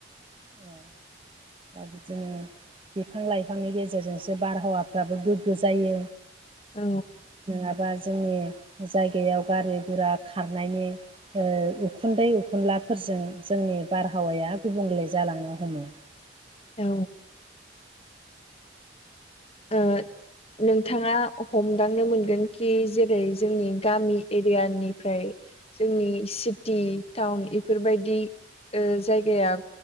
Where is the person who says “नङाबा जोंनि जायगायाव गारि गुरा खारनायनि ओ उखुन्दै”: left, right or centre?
Right